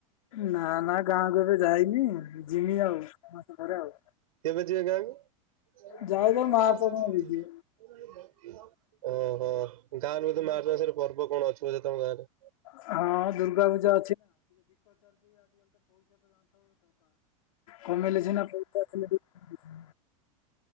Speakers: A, on the left; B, on the right.
A: ନା ନା ଗାଁ କୁ ଏବେ ଯାଇନି ଯି ମି ଆଉ ମାସେ ପରେ ଆଉ।
B: କେବେ ଯିବେ ଗାଁ କୁ
A: ଯାଇଲେ
B: ନାଇଁ ସେ
A: ମା
B: ମାର୍ଚ୍ଚ
A: ତମକୁ ବୁଝିବ।
B: କୁ ଯିବି। ଓହୋ ଗାଁ ରେ ବୋଧେ ମାର୍ଚ୍ଚ ମାସରେ ପର୍ବ କଣ ଅଛି ବୋଧେ ତମ ଗାଁ ରେ?
A: ହଁ ଦୁର୍ଗା ପୂଜା କମେଇଲେ ସିନା ପଇସା ଆସିଲେ ଦିଟା